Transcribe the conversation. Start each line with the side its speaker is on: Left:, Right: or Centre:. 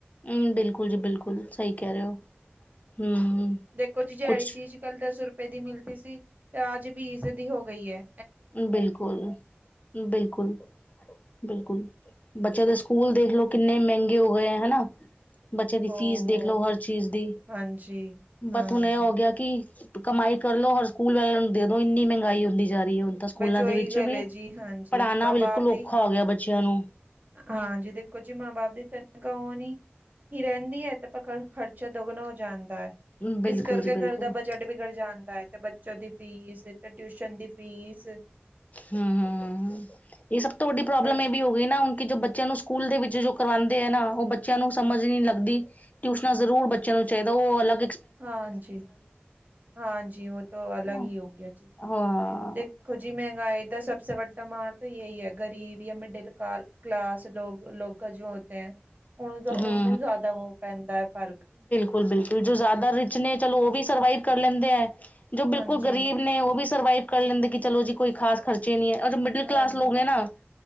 Left: ਹੂੰ, ਬਿਲਕੁਲ ਜੀ, ਬਿਲਕੁਲ, ਸਹੀ ਕਹਿ ਰੇ ਓ, ਹੂੰ।
Right: ਦੇਖੋ ਜੀ, ਜੇਹੜੀ
Left: ਕੁਛ
Right: ਚੀਜ਼ ਕੱਲ੍ਹ ਦਸ ਰੁਪਏ ਦੀ ਮਿਲਤੀ ਸੀ ਤੇ ਆਜ ਬੀਸ ਦੀ ਹੋ ਗਈ ਐ।
Left: ਬਿਲਕੁਲ-ਬਿਲਕੁਲ। ਬਿਲਕੁਲ, ਬੱਚਿਆਂ ਦੇ ਸਕੂਲ ਦੇਖਲੋ, ਕਿੰਨੇ ਮੈਹਿੰਗੇ ਹੋਗੇ ਆ ਹਨਾ। ਬੱਚਿਆ ਦੀ ਫ਼ੀਸ
Right: ਉਹ
Left: ਦੇਖਲੋ, ਹਰ ਚੀਜ਼ ਦੀ,
Right: ਹਾਂਜੀ, ਹਾਂਜੀ
Left: ਬਟ ਹੁਣ ਐਹ ਹੋ ਗਿਆ ਕੀ ਕਮਾਈ ਕਰ ਲੋ, ਹਰ ਸਕੂਲ ਵੇਲਿਆ ਨੂੰ ਦੇ ਦੋ, ਇੰਨੀ ਮਹਿੰਗਾਈ ਹੁੰਦੀ ਜਾ ਰਹੀ ਹੁਣ। ਤਾਂ ਸਕੂਲਾਂ
Right: ਬਸ ਉਹੀ
Left: ਦੇ ਵਿੱਚ
Right: ਗੱਲ
Left: ਵੀ,
Right: ਹੈ ਜੀ ਹਾਂਜੀ
Left: ਪੜ੍ਹਾਣਾ
Right: ਮਾਂ
Left: ਬਿਲਕੁਲ
Right: ਬਾਪ ਦੀ
Left: ਔਖਾ ਹੋ ਗਿਆ ਬੱਚਿਆਂ ਨੂੰ।
Right: ਹਾਂਜੀ ਦੇਖੋ ਜੀ, ਮਾਂ-ਬਾਪ ਦੀ ਤਨਖ਼ਾਹ ਹੋਨੀ ਹੀ ਰਹਿੰਦੀ ਐ ਤੇ ਆਪਾਂ ਖ਼ਰਚਾ ਦੋਗਣਾ ਹੋ ਜਾਂਦ ਦਾ,
Left: ਬਿਲਕੁਲ
Right: ਇਸ ਕਰਕੇ
Left: ਜੀ ਬਿਲਕੁਲ।
Right: ਘਰ ਦਾ ਬਜਟ ਵਿਗੜ ਜਾਂਦਾ ਐ ਤੇ ਬ ਬੱਚੋ ਦੀ ਫੀਸ ਤੇ ਟਿਊਸ਼ਨ ਦੀ ਫੀਸ
Left: ਹੂੰ-ਹੂੰ, ਹੂੰ-ਹੂੰ, ਇਹ ਸਭ ਤੋਂ ਵੱਡੀ ਪ੍ਰੋਬਲਮ
Right: ਬਸ
Left: ਇਹ ਵੀ ਹੋ ਵੀ ਨਾ ਹੁਣ ਕਿ ਜੋ ਬੱਚਿਆਂ ਨੂੰ ਸਕੂਲ ਦੇ ਵਿੱਚ ਜੋ ਕਰਵਾਉਂਦੇ ਐ ਨਾ, ਉਹ ਬੱਚਿਆਂ ਨੂੰ ਸਮਝ ਈ ਨੀ ਲੱਗਦੀ। ਟਿਊਸ਼ਨਾਂ ਜ਼ਰੂਰ ਬੱਚਿਆਂ ਨੂੰ ਚਾਹੀਦਾ, ਉਹ ਅਲਗ
Right: ਹਾਂਜੀ-ਹਾਂਜੀ, ਉਹ ਤੋਂ ਅਲਗ
Left: ਹਨਾ
Right: ਹੀ ਹੋਗਿਆ ਜੀ।
Left: ਹਾਂ।
Right: ਦੇਖੋ ਜੀ, ਮਹਿੰਗਾਈ ਦਾ ਸਭ ਸੇ ਵੱ ਟਮਾਂਰ ਤੋਂ ਜੇਹੀ ਐ, ਗ਼ਰੀਬ ਜਾਂ ਮਿਡਿਲ ਕਾਲ-ਕਲਾਸ ਲੋਗ-ਲੋਗਾ ਜੋ ਹੋਤੇ। ਉਹਨੂੰ ਜ਼ਾ ਉਹਨੂੰ
Left: ਹੂੰ
Right: ਜ਼ਿਆਦਾ ਵੋ ਪੈਂਦਾ ਏ ਫ਼ਰਕ।
Left: ਬਿਲਕੁਲ-ਬਿਲਕੁਲ, ਜੋ ਜ਼ਿਆਦਾ ਰਿਚ ਨੇ ਚਲੋ ਉਹ ਵੀ ਸਰਵਾਈਵ ਕਰ ਲੈਂਦੇ ਐ, ਜੋ
Right: ਹਾਂਜੀ
Left: ਬਿਲਕੁਲ ਗ਼ਰੀਬ ਨੇ ਉਹ ਵੀ ਸਰਵਾਈਵ ਕਰ ਲੈਂਦੇ ਕਿ ਚਲੋ ਜੀ ਕੋਈ ਖ਼ਾਸ ਖ਼ਰਚੇ ਨੀ ਐ, ਅ ਜੋ ਮਿਡਲ
Right: ਹਾਂਜੀ
Left: ਕਲਾਸ ਲੋਕ ਐ ਨਾ